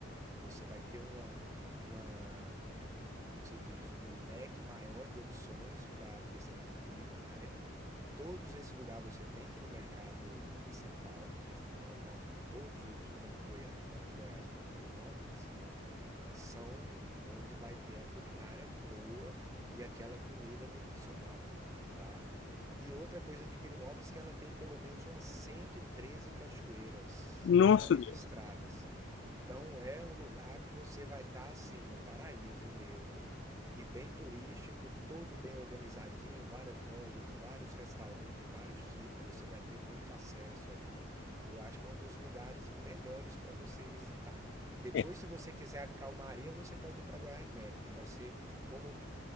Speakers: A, on the right (about 15°); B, on the left (about 65°).
A: você vai ter uma, uma, como que se diz, um leque maior de opções para a questão de culinária. Todos esse lugar você tem que ir no mercado municipal, que normal, todos os, tanto Goiânia quanto Goiás quanto Pirinópolis, são onde vai ter a culinária boa e aquela comida tradicional, tá? E outra coisa de Pirinópolis é que ela tem pelo menos umas 113 cachoeiras
B: Nossa,
A: só registradas.
B: Deus.
A: Então é um lugar que você vai estar assim no paraíso mesmo e bem turístico, todo bem organizadinho, várias lojas, vários restaurantes de vários tipos, você vai ter muito acesso ali. Eu acho que é um dos lugares melhores para você visitar. Depois,
B: É,
A: se você quiser a calmaria, você pode ir para Goiás Velho, que vai ser como